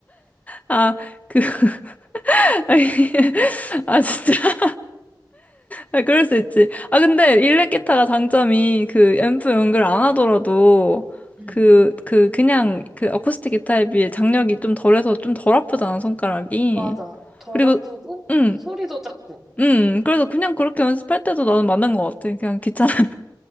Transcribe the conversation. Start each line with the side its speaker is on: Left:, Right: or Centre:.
Left: 아, 그, <laughs> 아니, 아, 진짜. 아, 그럴 수 있지. 아, 근데 일렉 기타가 장점이 그 앰프 연결 안 하더라도
Centre: 응.
Left: 그, 그, 그냥 그 어쿠스틱 기타에 비해 장력이 좀 덜해서 좀 덜 아프잖아, 손가락이.
Centre: 맞아. 덜
Left: 그리고,
Centre: 아프고
Left: 응,
Centre: 소리도 작고.
Left: 응. 그래서 그냥 그렇게 연습할 때도 나는 맞는 것 같아. 그냥 귀찮아.